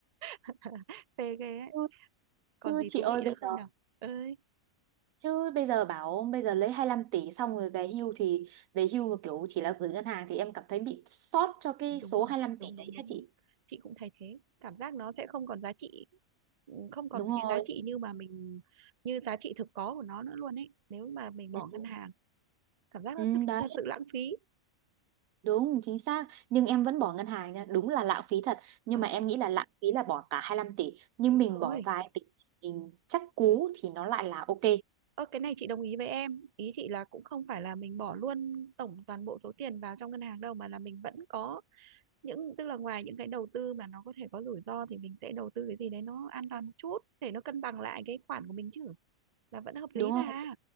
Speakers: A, on the right (about 50°); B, on the right (about 70°).
A: <laughs> phê ghê ấy
B: chứ,
A: còn
B: chứ
A: gì
B: chị
A: thú
B: ơi
A: vị
B: bây
A: nữa không
B: giờ
A: nào ơi
B: chứ bây giờ bảo bây giờ lấy hai lăm tỷ xong rồi về hưu thì về hưu mà kiểu chỉ là gửi ngân hàng thì em cảm thấy bị sót cho cái
A: đúng
B: số
A: rồi
B: hai lăm
A: đúng
B: tỷ
A: đúng
B: đấy
A: đúng
B: hả chị
A: đúng chị cũng thấy thế cảm giác nó sẽ không còn giá trị ừ, không còn
B: đúng rồi
A: cái giá trị như mà mình như giá trị thực có của nó nữa luôn ấy nếu mà mình
B: ừ,
A: bỏ ngân hàng cảm giác nó
B: ừ,
A: thực,
B: đấy
A: thật sự lãng phí
B: đúng chính xác nhưng em vẫn bỏ ngân hàng nha đúng là lãng phí thật nhưng
A: ờ
B: mà em nghĩ là lãng phí là bỏ cả hai lăm tỷ nhưng
A: đúng
B: mình
A: rồi
B: bỏ vài tỷ mình chắc cú thì nó lại là ok
A: ơ cái này chị đồng ý với em ý chị là cũng không phải là mình bỏ luôn tổng toàn bộ số tiền vào trong ngân hàng đâu mà là mình vẫn có những tức là ngoài những cái đầu tư mà nó có thể có rủi ro thì mình sẽ đầu tư cái gì đấy nó an toàn một chút để nó cân bằng lại cái khoản của mình chứ là vẫn hợp lý
B: đúng không
A: mà